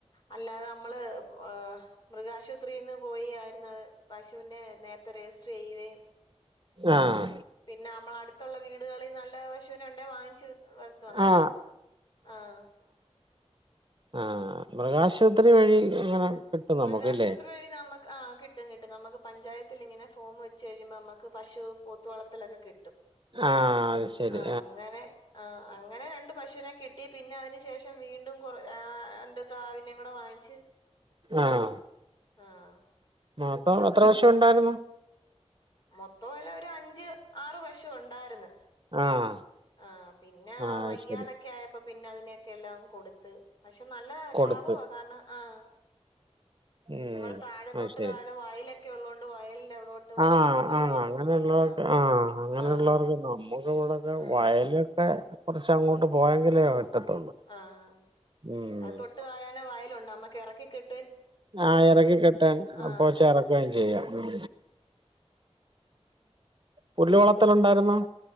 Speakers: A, on the left; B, on the right.
A: അല്ലാതെ നമ്മള് ഏഹ് മൃഗാശുപ. ത്രീന്ന് പോയി ആയിരുന്നു പശുവിനെ നേരത്തെ രജിസ്റ്റർ ചെയ്യുകയും.
B: ആഹ്
A: പിന്നെ നമ്മള് അടുത്തുള്ള വീടുകളിൽ നല്ല പശുവിനെ ഉണ്ടെ വാങ്ങിച്ചി. വളർത്തും അങ്ങെനങ്ങ്
B: ആഹ്
A: ആഹ്.
B: ആഹ് മൃഗാശുപത്രി വഴി അങ്ങനെ. കിട്ടും
A: മൃഗാശുപത്രി
B: നമുക്കല്ലേ
A: വഴി നമുക്ക് ആഹ് കിട്ടും കിട്ടും നമുക്ക് പഞ്ചായത്തിൽ ഇങ്ങനെ. ഫോം വച്ച് കഴുമ്പോ നമുക്ക് പശു പോത്തു വളർത്തലൊക്കെ കി. ട്ടും
B: ആഹ് അത് ശരി
A: ആഹ് അങ്ങനെ ആഹ് അങ്ങനെ രണ്ട് പശുവിനെ കി. ട്ടി പിന്നെ അതിനു ശേഷം വീണ്ടും കൊറ ആഹ് രണ്ട് പ്രാവിനേം കൂടെ വാങ്ങിച്ച്.
B: ആഹ്.
A: ആഹ്.
B: മൊത്തം എത്ര പശു ഉണ്ടായിരുന്നു.
A: മൊത്തം വല്ല ഒരു അഞ്ച് ആറ് പശു ഉണ്ടായിരുന്നു.
B: ആഹ്
A: ആഹ് പിന്നെ
B: ആഹ്
A: വയ്യാതൊക്കെ
B: അത് ശരി
A: ആയപ്പോ. പിന്നെ അതിനെയൊക്കെ എല്ലാം കൊടുത്ത് പക്ഷെ നല്ലതാ
B: കൊടുത്ത്
A: ലാഭവാ കാരണം ആഹ്
B: ഉം
A: നമ്മുടെ താഴെ
B: അത്
A: തൊട്ട്
B: ശരി
A: താഴെ വയലൊക്കെ ഉള്ളതോണ്ട് വയലിന്റെ. അവിടോട്ട്
B: ആഹ്
A: അഴിച്ചു കെട്ടിയാ
B: ആഹ് അങ്ങനെയുള്ളവർക്ക്
A: മതി ആ
B: ആഹ് അങ്ങനെയുള്ളവർക്ക്
A: ആ
B: നമ്മുക്ക് ഇവിടെക്കെ
A: ആഹ്
B: വയല്. ഒക്കെ കൊറ്ച്ച് അങ്ങോട്ട് പോയെങ്കിലേ പറ്റത്തുള്ളൂ
A: ആഹ്
B: ഉം
A: അത് തൊട്ട് താഴാനെ വയലുണ്ട് നമ്മക്ക് എറക്കി കെട്ടി.
B: ആഹ് എറക്കി കെട്ടാൻ
A: ആഹ്
B: അപോ <unintelligible> ചെയ്യാം. ഉം പുല്ലുവളത്തൽ ഉണ്ടായിരുന്നോ?